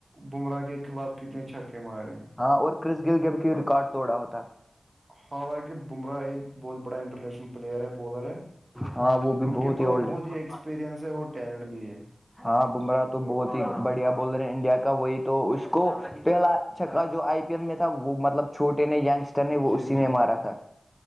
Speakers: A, on the right; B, in the centre.
A: بمراہ کے خلاف کتنے چھپکے مارے
B: ہاں اور کرس گل جب کی ریکارڈ توڑا ہوتا
A: ہاں باقی بمراہ ایک بہت بڑا انٹرنیشنل پلیئر ہے بالر ہے
B: ہاں وہ بھی
A: ان کے پاس
B: اولڈ
A: بہت
B: ہے
A: ہی ایکسپییرئنس ہے اور ٹیلنٹ بھی ہے
B: ہاں بمراہ تو بہت ہی بڑھیا بول رہے ہیں انڈیا کا وہی تو اس کو پہلا چکا جو آئی پی ایل میں تھا وہ مطلب چھوٹے نے یگسٹر نے وہ
A: جی
B: اسی
A: جی
B: نے مارا تھا